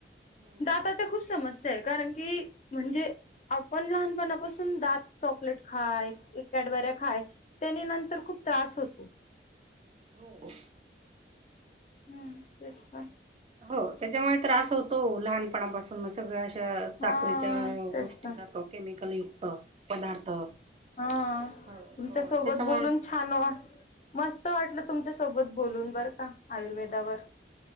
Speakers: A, on the right; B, on the left.
A: हम्म.
B: दाताच्या खूप समस्या आहे कारण की म्हणजे आपण लहानपणापासून दात चॉकलेट खाय कॅडबऱ्या खाय त्यानी नंतर खूप त्रास होतो.
A: हो.
B: हम्म तेच का.
A: हो त्याच्यामुळे त्रास होतो लहानपणापासून मग सगळं साखरीच्या
B: हा तेच
A: गोष्टी
B: तर
A: खातो केमिकल युक्त पदार्थ.
B: हा
A: हो
B: तुमच्या
A: हो
B: सोबत
A: त्याच्यामुळे
B: बोलून छान मस्त वाटलं तुम सोबत बोलून बर का आयुर्वेदावर